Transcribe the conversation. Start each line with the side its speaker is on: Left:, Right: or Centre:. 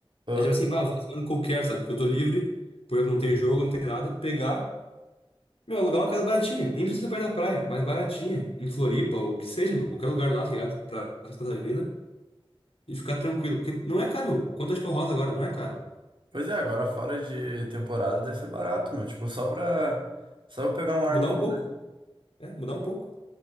Right: Aham.
Left: É tipo assim, bah, um final de semana qualquer, sabe? Porque eu tô livre, porque eu não tenho jogo, não tenho nada. Pegar, meu, alugar uma casa baratinha. Nem precisa ser perto da praia, mas baratinha. Em Floripa, ou o que seja, meu. Qualquer lugar lá, tá ligado? Pra Santa Catarina. E ficar tranquilo. Porque não é caro, meu. Quanto acho que é o Rosa agora? Não é caro.
Right: Pois é, agora fora de temporada deve ser barato, meu. Tipo, só pra, só pra pegar um
Left: Mudar
Right: ar novo,
Left: um pouco.
Right: né?
Left: É, mudar um pouco.